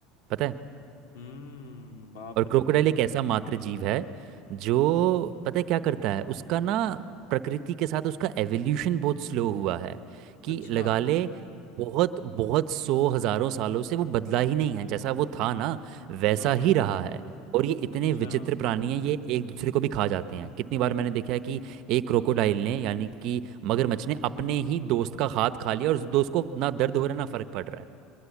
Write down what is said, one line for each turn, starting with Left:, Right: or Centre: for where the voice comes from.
Right: पता है
Left: हम्म बाप
Right: और क्रोकोडाइल
Left: रे
Right: एक ऐसा मात्र जीव है जो पता है क्या करता है उसका ना प्रकृति के साथ उसका एवोल्यूशन बहुत स्लो हुआ है कि
Left: अच्छा
Right: लगा ले बहुत बहुत सौ हजारों सालों से वो बदला ही नहीं है जैसा वो था ना वैसा
Left: हम्म हम्म
Right: ही रहा
Left: हम्म
Right: है और ये इतने
Left: अच्छा
Right: विचित्र प्राणी हैं ये एक दूसरे को भी खा जाते हैं कितनी बार मैंने देखा है कि एक क्रोकोडाइल ने यानी कि मगरमच्छ ने अपने ही दोस्त का हाथ खा लिया और उस दोस्त को ना दर्द हो रहा है ना फर्क पड़ रहा है